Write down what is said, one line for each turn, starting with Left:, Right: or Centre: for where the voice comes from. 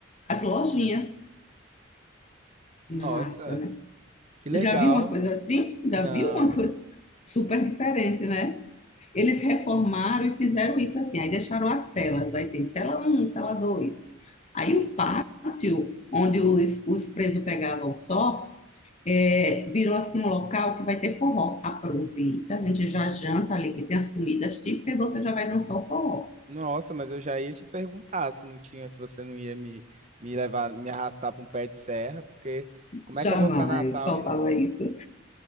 Left: as lojinhas.
Right: Nossa,
Left: Massa, né?
Right: que legal.
Left: Já viu uma coisa assim? Já
Right: Não,
Left: viu uma coisa super diferente, né? Eles reformaram e fizeram isso assim. Aí deixaram as celas. Aí tem cela um cela dois Aí o pátio, onde os, os presos pegavam só, é, virou assim um local que vai ter forró. Aproveita, a gente já janta ali, que tem as comidas típicas, e você já vai dançar o forró.
Right: nossa, mas eu já ia te perguntar se não tinha, se você não ia me, me levar, me arrastar para um pé de serra, porque como
Left: Jamais
Right: é que eu vou para Natal
Left: faltava
Right: e não,
Left: isso.